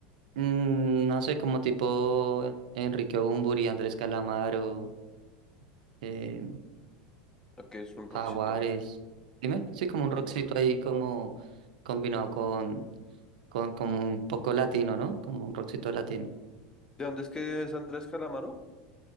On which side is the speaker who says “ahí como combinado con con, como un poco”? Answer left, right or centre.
Right